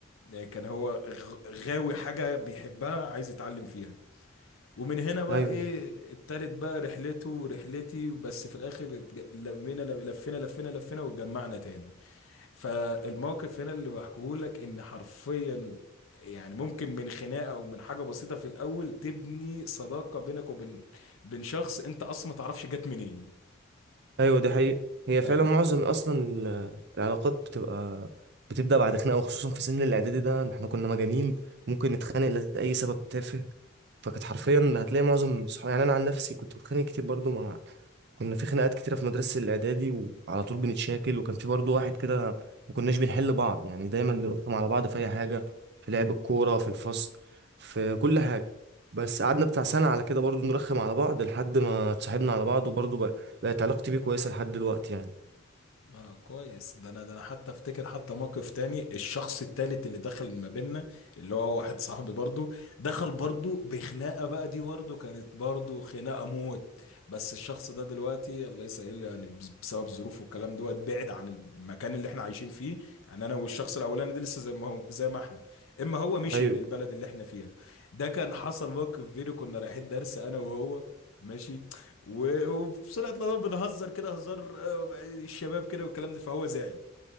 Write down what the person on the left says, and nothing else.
آه، كان هو غ- غاوي حاجه بيحبها عايز يتعلم فيها ومن هنا بقى
ايه ابتدت بقى رحلته ورحلتي بس في الاخر اتج- لمينا لم- لفينا لفينا لفينا واتجمعنا تاني فالموقف هنا اللي بحكيه لك ان حرفيا يعني ممكن من خناقه او من حاجه بسيطه في الاول تبني صداقه بينك وبين بين شخص انت اصلا ما تعرفش جت منين
ده
اه كويس ده انا ده انا حتى افتكر حتى موقف تاني الشخص التالت اللي دخل ما بيننا اللي هو واحد صاحبي برضو دخل برضو بخناقة بقى دي برضو كانت برضو خناقة موت بس الشخص ده دلوقتي الله يسهل يعني بس- بسبب ظروفه والكلام دوت بعد عن المكان اللي احنا عايشين فيه يعني انا والشخص الاولاني ده لسه زي ما هو زي ما احنا اما هو مشي
من البلد اللي احنا فيها ده كان حصل موقف بيني كنا رايحين درس انا وهو ماشي و- وفي سرعة الغضب بنهزر كده هزار آه، الشباب كده والكلام ده فهو زعل